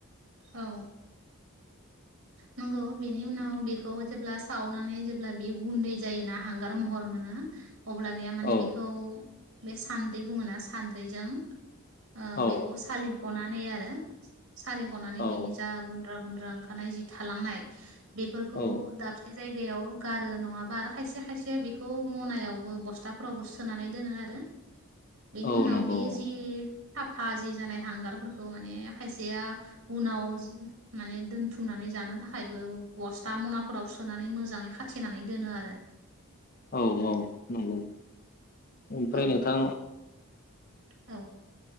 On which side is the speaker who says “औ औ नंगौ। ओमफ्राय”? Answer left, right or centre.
Left